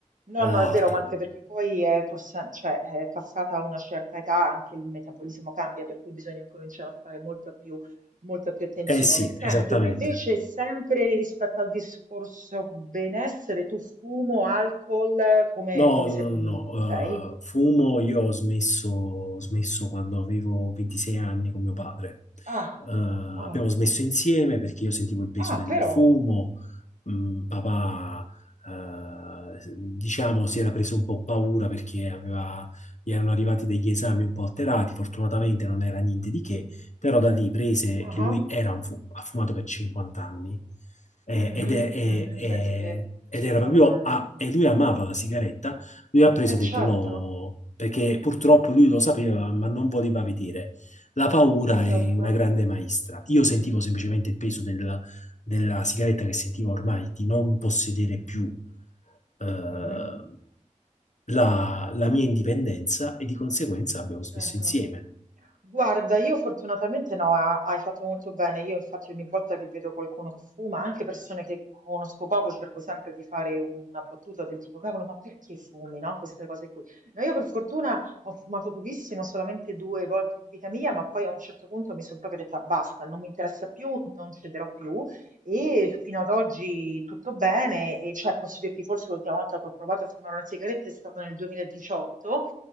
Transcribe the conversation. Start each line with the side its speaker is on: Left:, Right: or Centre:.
Right: No,
Left: o
Right: no, è
Left: altro.
Right: vero, ma anche perché poi è, pur sem- cioè, è passata una certa età, anche il metabolismo cambia, per cui bisogna cominciare a fare molta più, molta più attenzione.
Left: Eh sì,
Right: Senti,
Left: esattamente.
Right: ma invece sempre rispetto al discorso benessere, tu fumo, alcol, come,
Left: No,
Right: come,
Left: no,
Right: se- come
Left: no, no, no.
Right: sei?
Left: eh, fumo io ho smesso, ho smesso quando avevo 26 anni con mio padre.
Right: Ah,
Left: Eh,
Right: ah,
Left: abbiamo smesso
Right: ah,
Left: insieme perché io sentivo il peso
Right: ah,
Left: del
Right: però...
Left: fumo, mm, papà, eh, diciamo, si era preso un po' paura perché aveva- gli erano arrivati degli esami un po' alterati, fortunatamente non era niente di che, però da lì prese
Right: ah
Left: che lui
Right: ah.
Left: era un fu- ha fumato per 50 anni. Eh,
Right: Mhm,
Left: ed, è- è-
Right: mhm,
Left: è-
Right: Penso che
Left: ed
Right: 50
Left: era proprio
Right: anni.
Left: a,
Right: Mm.
Left: e lui amava la sigaretta. Lui ha preso
Right: Eh
Left: e
Right: certo,
Left: ha detto no, perché purtroppo lui lo sapeva, ma non voleva vedere. La paura
Right: certo.
Left: è una grande maestra. Io sentivo semplicemente il peso del- della sigaretta che sentivo ormai di non possedere
Right: Mhm,
Left: più eh,
Right: mhm,
Left: la, la mia indipendenza e di conseguenza abbiamo
Right: Certo.
Left: smesso insieme.
Right: Guarda, io fortunatamente no, ha- hai fatto molto bene. Io infatti ogni volta che vedo qualcuno che fuma, anche persone che conosco poco, cerco sempre di fare una battuta del tipo, cavolo, ma perché fumi, no? Queste cose qui. No, io per fortuna ho fumato pochissimo, solamente due volte in vita mia, ma poi a un certo punto mi sono proprio detta basta, non mi interessa più, non cederò più e fino ad oggi tutto bene. E cioè, posso dirti, forse l'ultima volta che ho provato a fumare una sigaretta è stata nel 2018